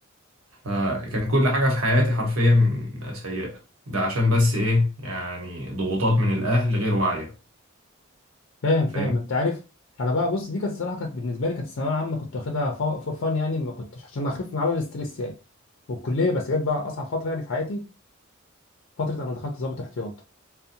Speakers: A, on the right; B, on the left.
A: فكان كل حاجة في حياتي حرفيا سيئة ده عشان بس إيه يعني ضغوطات من الأهل غير واعية
B: فاهم فاهم
A: فاهم
B: انت عارف انا بقى بص دي كانت الصراحه كانت بالنسبه لي كانت الثانويه العامه كنت واخدها فور فان يعني ما كنتش عشان اخف من على الاستريس يعني والكليه بس جت بقى اصعب فتره يعني في حياتي فتره انا دخلت ضابط احتياط